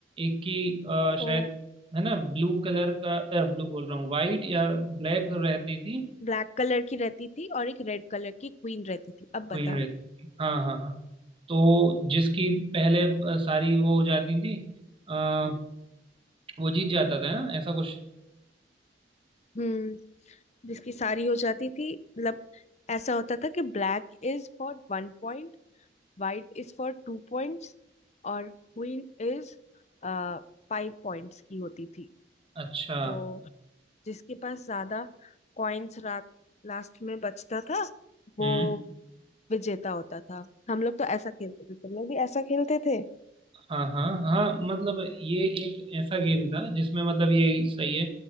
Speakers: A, on the right; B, on the left.
A: एक की अ,
B: ओ
A: शायद है ना ब्लू कलर का ब्लू बोल रहा हूँ वाइट या ब्लैक रहती थी
B: ब्लैक कलर की रहती थी और एक रेड कलर की क्वीन रहती थी अब बताओ
A: क्वीन रहती थी हाँ हाँ हाँ तो जिसकी पहले अ, सारी वो हो जाती थी आ, वो जीत जाता था ना ऐसा कुछ
B: हम्म जिसकी सारी हो जाती थी मतलब ऐसा होता था कि black is for one point white is for two points और क्वीन इज फाइव पॉइंट्स की होती थी
A: अच्छा
B: तो जिसके पास ज्यादा कॉइन्स रात लास्ट में बचता था वो
A: हम्म।
B: विजेता होता था हम लोग तो ऐसा खेलते थे तुम लोग भी ऐसा खेलते थे
A: हाँ हाँ हाँ मतलब ये एक ऐसा गेम था जिसमें मतलब ये सही है